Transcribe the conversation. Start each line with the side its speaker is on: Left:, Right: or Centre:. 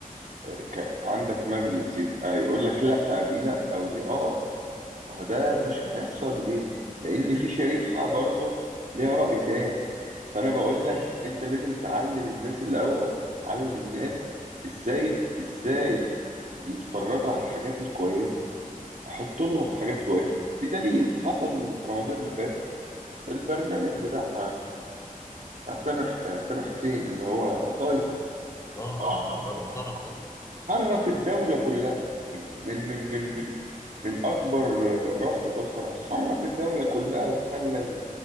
Right: آه، ك... عندك مجلس يبقى يقول لك لا دي لا او دي اه ما هو ده مش هيحصل ليه لان في شريحة برضو ليها رأي تاني فانا بقول
Left: مم.
Right: لك انت لازم تعلم الناس الاول تعلم الناس ازاي ازاي يتفرجوا على الحاجات الكويسة حط لهم حاجات كويسة بدليل حصل في رمضان اللي فات البرنامج بتاع بتاع سامح سامح حسين اللي هو قطايف
Left: اه
Right: اه
Left: اه ده محترم
Right: اه
Left: ده
Right: حرك الدولة كلها من من من من من أكبر رأس لأصغر حرك الدولة كلها وخلى ال-